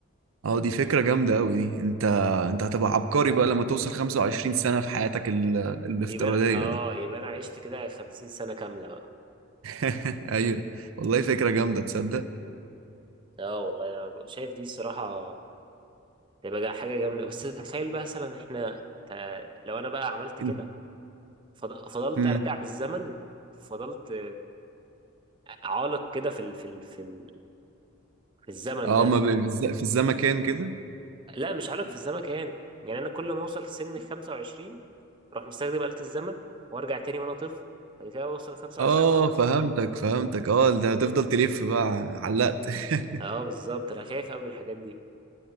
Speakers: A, on the right; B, on the right.
A: اه دي فكرة جامدة أوي دي أنت أنت هتبقى عبقري بقى لما توصل 25 سنة في حياتك ال... الافتراضية
B: يبقى أنا- اه
A: دي
B: يبقى انا عشت كده 50 سنة كاملة بقى
A: <laughs> أيوه والله فكرة جامدة تصدق
B: اه والله انا شايف دي الصراحة تبقى جا- حاجة جامدة بس تخيل بقى مثلا احنا ت- لو انا بقى عملت كده
A: أنت
B: فض- فضلت
A: مم.
B: ارجع بالزمن فضلت عالق كده في ال... في ال... في, ال... في الزمن
A: اه
B: ده
A: ما ب... في الز- في الزمكان كده
B: لا مش عالق في الزمن كمان يعني انا كل ما اوصل سن 25 اروح مستخدم آلة الزمن وارجع تاني وانا طفل بعد كده اوصل 25
A: اه فهمتك فهمتك اه ده هتفضل تلف بقى علقت <laughs>
B: اه بالظبط انا خايف قوي من الحاجات دي